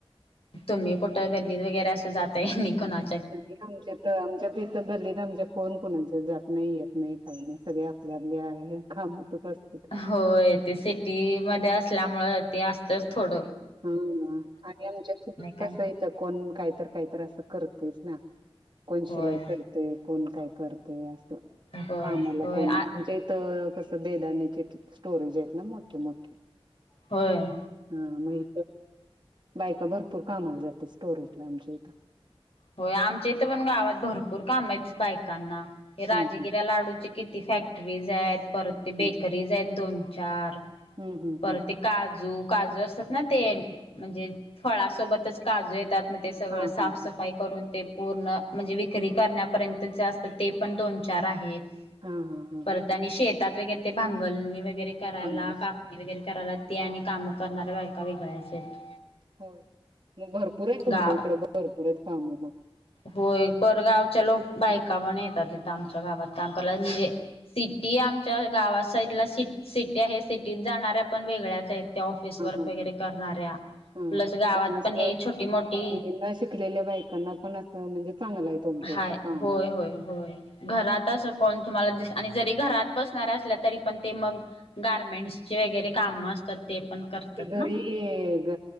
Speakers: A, on the left (about 75°); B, on the right (about 50°).
A: तुम्ही कुठ गल्लीत वगैरे अस जाता नि कुणा
B: कधी आमच्या त आमच्या बी इथं गल्लीत आमच्या कोण कोणाच्या जात नाही येत नाही काही नाही. सगळे आपल्या आपल्या कामातच असत्यात.
A: होय ते सिटी मध्ये असल्यामुळे ते असतेच थोड.
B: ह हा आणि आमच्या ख
A: काय
B: कस आहे तर कोण कायतर कायतर अस करतयच ना. कोण शिलाई
A: होय
B: करत ते कोण काय करतय अस.
A: होय
B: कामाला
A: होय
B: कोण
A: आ
B: म्हणजे तर कस बेदान्याचे स्टोरेज आहेत ना मोठे-मोठे.
A: होय
B: हा मही बायका भरपूर कामाला जाते स्टोरेजला आमच्या इथ.
A: होय आमच्या इथ पण गावात भरपूर काम आहेत बायकांना‌ हे
B: हम्म
A: राजगिऱ्या लाडूचे किती फॅक्टरीज आहेत. परत ते
B: हम्म
A: बेकरीज आहेत दोन- चार.
B: हम्म- हम्म-हम्म
A: परत ते काजू काजू असतात ना ते. म्हणजे फळासोबतच काजू येतात. मग ते सगळ
B: हा
A: साफसफाई
B: हा
A: करून ते पूर्ण म्हणजे विक्री करण्यापर्यंतचे असतात ते पण दोन चार आहेत.
B: हा हा हा
A: परत आणि शेतात वगैरे ते भांगलणी वगैरे करायला
B: हा हा
A: काप वगैरे करायला ते आणि काम करणाऱ्या बायका वेगळ्याच आहेत.
B: होय, मग भरपूर आहेत तुमच्या
A: गावात
B: इकड मग भरपूर आहेत काम मग.
A: होय, परगावच्या लोक बायका पण येतात इथ आमच्या गावात काम करायला. म्हणजे सिटी आमच्या गावा साईडला सीट सिटी आहे. सिटीत जाणाऱ्या पण वेगळ्याच आहेत. त्या ऑफिस
B: हा
A: वर्क
B: हा
A: वैगरे
B: ह
A: करणाऱ्या
B: हा
A: प्लस गावात
B: पण अस
A: हे छोटी मोठी
B: न शिकलेल्या बायकांना पण अस म्हणजे चांगल आहे तुमच्या
A: हाय
B: इथ कामात
A: होय होय घरात अस कोण तुम्हाला दिस आणि जरी घरात बसणाऱ्या असल्या तरी पण ते मग गारमेंट्सचे वैगेरे काम असतात ते पण करतात ना.
B: घरी ते ग